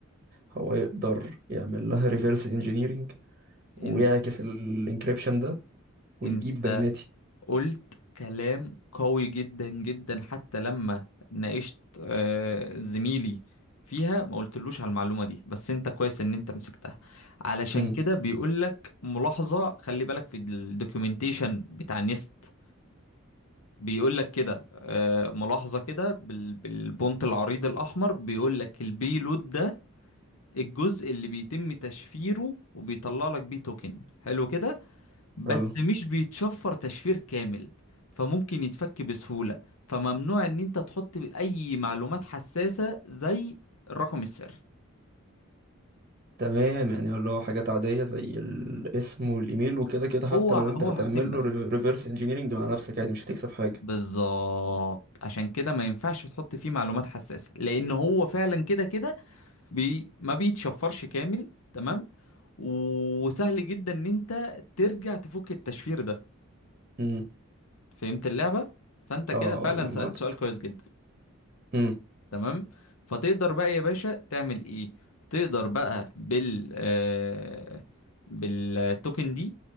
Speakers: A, on the right (about 40°); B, on the left (about 90°).
A: هو يقدر يعمل لها ريفرس انجينيرينج ويعكس
B: انت
A: الانكريبشن ده ويجيب
B: انت
A: بياناتي
B: قلت كلام قوي جدا جدا حتى لما ناقشت آه، زميلي فيها ما قلتلوش على المعلومة دي بس انت كويس ان انت مسكتها علشان
A: امم
B: كده بيقولك ملاحظة خلي بالك في الدوكيومنتيشن بتاع نيست بيقول لك كده آه، ملاحظة كده بال- بالبونت العريض الأحمر بيقول لك البيلود ده الجزء اللي بيتم تشفيره وبيطلع لك بيه توكن حلو كده بس
A: حلو
B: مش بيتشفر تشفير كامل فممكن يتفك بسهولة فممنوع ان انت تحط اي معلومات حساسة زي الرقم السري
A: تمام يعني اللي هو حاجات عادية زي الاسم والإيميل وكده كده حتى
B: هو
A: لو
B: هو
A: أنت هتعمل
B: حاجتين بس
A: له ريفرس انجينيرينج مع نفسك عادي مش هتكسب حاجة
B: بالظبط عشان كده ما ينفعش تحط فيه معلومات حساسة لان هو فعلا كده كده بي ما بيتشفرش كامل تمام وسهل جدا ان انت ترجع تفك التشفير ده
A: امم
B: فهمت اللعبة فانت كده
A: اه
B: فعلا
A: آه، جمعتك
B: سألت سؤال كويس جدا
A: امم
B: تمام فتقدر بقى يا باشا تعمل ايه تقدر بقى بال آه، بالتوكن دي